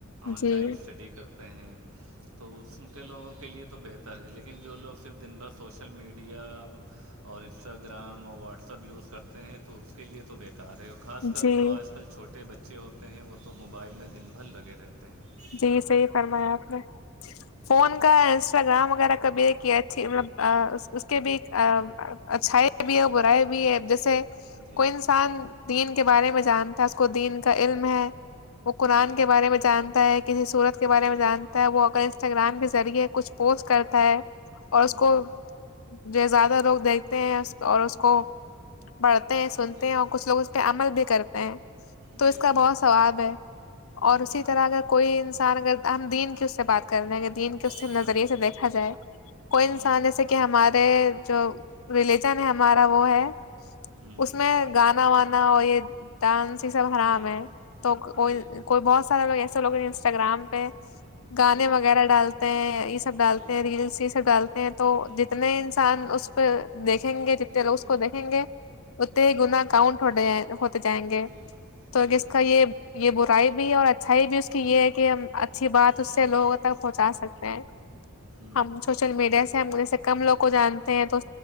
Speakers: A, on the right; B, on the left.
A: آن
B: جی
A: لائن ڈی کرتے ہیں تو کے لوگوں کے لیے تو بہتر ہے لن جو لو صرف دن بھر سوشل میڈیا اور انسٹاگرام اور واٹسپ یوز کرتے ہیں تو اس کے لیے تو بیکار ہے اور خاص کر
B: جی
A: جو آج کل چھوٹے بچے ہوتے ہیں وہ تو موبائل میں دن بھر لگے رہتے ہیں
B: جی صحیح فرمایا آپ نے
A: ہوں
B: فون کا اس ا گاؤں وغیرہ کبھی ایک یہ اچھی مطلب اس کے بھی اچھایی بھی ہے اور برائے بھی ہے جیسے
A: جی
B: کوئی انسان دین کے بارے میں جانتا ہے اس کو دین کا علم ہے وہ قرآن
A: جی
B: کے بارے میں جان کسی صورت کے بارے
A: جی
B: میں جانتا ہے وہ اگر انسٹاگرام کے ذریعے کچھ پوسٹ کرتا ہے اور
A: ہوں
B: اس کو جو زیادہ لوگ دیکھتے ہیں اور اس کو بڑھتے ہیں سنتے
A: جی
B: ہیں اور کچھ لوگ اس پہ عمل بھی کرتے ہیں تو
A: جی
B: اس کا بہت ثواب ہے اور
A: ہوں
B: اسی طرح اگر کوئی انسان اگر ہم دین کی اس سے بات کر رہے ہیں اگر دین کے اس سے
A: ہوں
B: نظریے سے دیکھا جائے کوئی انسان
A: ہوں
B: جیسے کہ ہمارے جو ریلیجن ہے ہمارا وہ ہے
A: ہوں
B: اس میں گانا وانا اور یہ ڈانس سب حرام
A: جی
B: ہے تو کوئی
A: جی
B: کوئی بہت سارے لوگ ایسے لوگ ہیں انسٹاگرام پہ گانے
A: جی
B: وغیرہ ڈالتے ہیں یہ سب ڈالتے
A: جی
B: ہیں ریلس یہ سب ڈالتے ہیں تو
A: ہوں
B: جتنے انسان اس پہ دیکھیں گے جتنے
A: جی
B: لوگ اس کو دیکھیں گے اتتے
A: ہوں
B: گناہ کاؤنٹ ہو ہوتے جائیں گے
A: جی
B: تو
A: جی
B: جس کا یہ یہ برائی بھی ہے اور اچھائی بھی اس کی یہ ہے کہ ہم اچھی بات اس
A: ہوں
B: سے لوگ تک پہنچا سکتے ہیں
A: ہوں
B: ہم سوچ سوشل میڈیا سے ہم جیسے کم لوگ کو جانتے ہیں تو